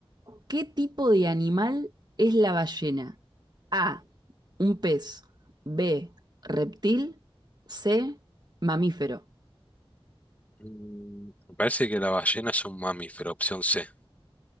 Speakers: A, on the right; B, on the left.
A: ¿Qué tipo de animal es la ballena? A, un pez. B, reptil. C, mamífero.
B: Mm, Me parece que la ballena es un mamífero, opción C.